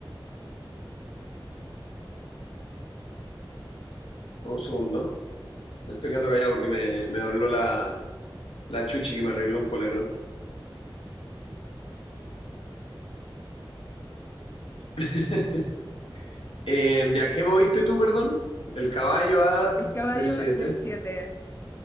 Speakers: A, on the left; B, on the left.
A: un segundo. Me estoy quedando callado porque me, me habló la, la chuchi que me arregló un polerón. <laughs> Eh, ya, ¿qué moviste tú, perdón? El caballo a
B: El caballo
A: D7.
B: de siete.